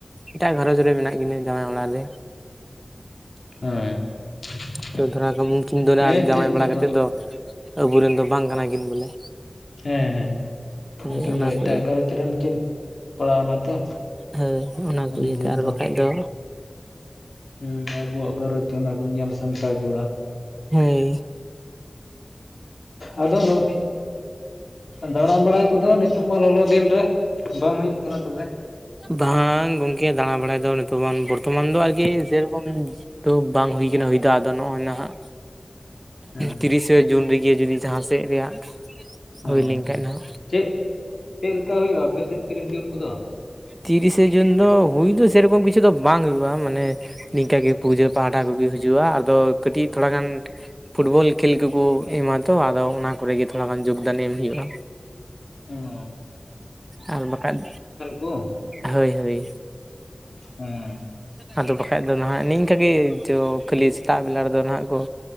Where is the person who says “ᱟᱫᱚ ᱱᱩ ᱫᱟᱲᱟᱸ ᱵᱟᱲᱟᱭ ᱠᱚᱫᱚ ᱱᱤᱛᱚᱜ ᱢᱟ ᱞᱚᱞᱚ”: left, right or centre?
Left